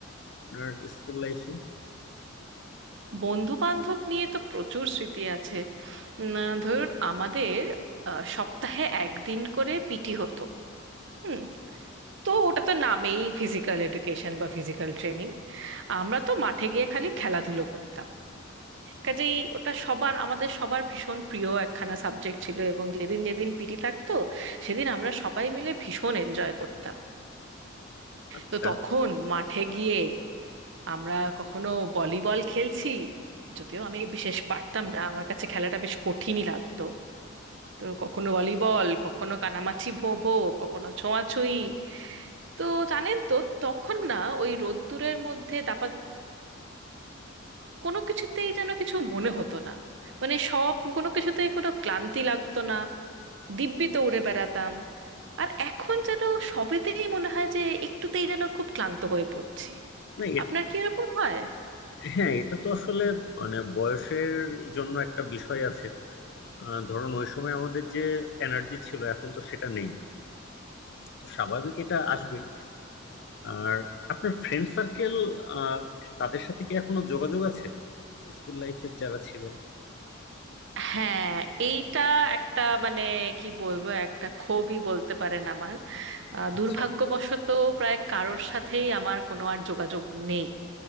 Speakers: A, on the left; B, on the right.
A: আপনার স্কুল লাইফে
B: বন্ধু বান্ধব নিয়ে তো প্রচুর স্মৃতি আছে উম, ধরুন আমাদের আ, সপ্তাহে একদিন করে পিটি হতো হুম তো ওটা তো নামেই ফিজিক্যাল এডুকেশন বা ফিজিক্যাল ট্রেনিং আমরা তো মাঠে গিয়ে খালি খেলাধুলো করতাম কাজেই ওটা সবার আমাদের সবার ভীষণ প্রিয় একখানা সাবজেক্ট ছিল এবং যেদিন যেদিন পিটি থাকতো সেদিন আমরা সবাই মিলে ভীষণ এনজয় করতাম
A: আচ্ছা
B: তো তখন মাঠে গিয়ে আমরা কখনো ভলিবল খেলছি যদিও আমি বিশেষ পারতাম না আমার কাছে খেলাটা বেশ কঠিনই লাগতো তো কখনো ভলিবল কখনো কানামাছি ভো ভো কখনো ছোঁয়াছুঁই তো জানেন তো তখন না ওই রোদ্দুরের মধ্যে দাপানো কোনো কিছুতেই যেন কিছু মনে হতো না মানে সব কোনো কিছুতেই কোনো ক্লান্তি লাগতো না দিব্যি দৌড়ে বেড়াতাম আর এখন যেন সবেতেই মনে হয় যে একটুতেই যেন খুব ক্লান্ত হয়ে পড়ছি
A: না এ-
B: আপনার কি এরকম হয়
A: হ্যাঁ এটা তো আসলে মানে বয়সের জন্য একটা বিষয় আছে আহ, ধরুন ওই সময় আমাদের যে এনার্জি ছিল এখন তো সেটা নেই তো স্বাভাবিক এটা আসবেই আর আপনার ফ্রেন্ড সার্কেল তাদের সাথে কি এখনো যোগাযোগ আছে স্কুল লাইফের যারা ছিলেন
B: হ্যাঁ এইটা একটা মানে কি বলবো একটা ক্ষোভই বলতে পারেন আমার আহ,
A: আচ্ছা
B: দুর্ভাগ্যবশত প্রায় কারোর সাথেই আমার কোনো আর যোগাযোগ নেই